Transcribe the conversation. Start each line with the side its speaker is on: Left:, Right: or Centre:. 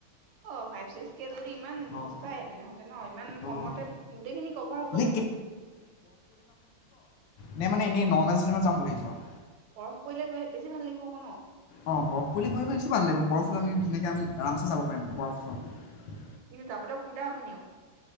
Right: অ'! ফাইভ, ছিক্স কে যদি ইমান
Left: অ',
Right: সস্তাই তেনেহ'লে ন'। ইমান কমতে
Left: অ',
Right: গোটেইখিনি কভাৰ হ'ব
Left: নে
Right: জানো!
Left: নাই মান, এনেই নৰ্মেল চিজনত যাম বুলি ভাবিছোঁ আৰু।
Right: বৰফ পৰিলে গৈ বেছি ভাল লাগিব ক' ন'।
Left: অ'! বৰফ গৈ বছি ভাল লাগিব। বৰফ লৈ আমি, ধুনীয়াকে আমি আৰামছে যাব পাৰিম বৰফ চৰফ।
Right: কিন্তু, যাবলৈ অসুবিধা হ'ব নি আৰু।